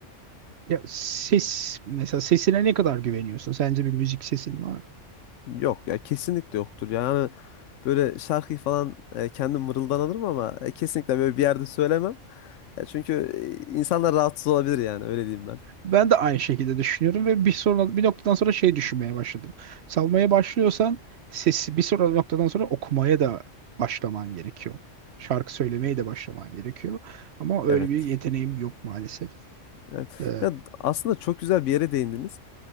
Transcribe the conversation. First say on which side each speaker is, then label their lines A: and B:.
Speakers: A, on the right (about 65°); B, on the left (about 75°).
A: Ya ses mesela sesine ne kadar güveniyorsun? Sence bir müzik sesin var mı?
B: Yok ya kesinlikle yoktur. Yani böyle şarkıyı falan e, kendim mırıldanırım ama e, kesinlikle böyle bir yerde söylemem. Ya çünkü e, insanlar rahatsız olabilir yani öyle diyeyim ben.
A: Ben de aynı şekilde düşünüyorum ve bir sonra bir noktadan sonra şey düşünmeye başladım. Salmaya başlıyorsan sesi bir sonra noktadan sonra okumaya da başlaman gerekiyor. Şarkı söylemeye de başlaman gerekiyor. Ama öyle
B: Evet.
A: bir yeteneğim yok maalesef.
B: Evet.
A: Ee,
B: Ya aslında çok güzel bir yere değindiniz.